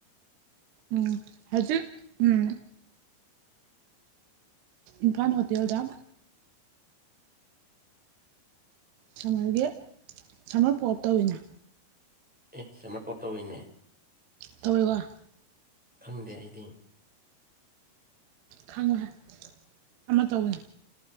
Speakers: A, on the right; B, in the centre.
A: ꯎꯝ ꯍꯥꯏꯗꯤꯦ ꯎꯝ ꯏꯝꯐꯥꯜ ꯍꯣꯇꯦꯜꯗ ꯁꯝꯃꯔꯒꯤ ꯁꯝꯃꯔ ꯄꯣꯞ ꯇꯧꯋꯤꯅ
B: ꯑꯦ ꯁꯅꯄꯣ ꯇꯧꯔꯤꯅꯦ
A: ꯇꯧꯔꯤꯕ
B: ꯈꯪꯗꯦ ꯑꯩꯗꯤ
A: ꯈꯥꯡꯉꯔꯥ ꯑꯃ ꯇꯧꯒꯅꯤ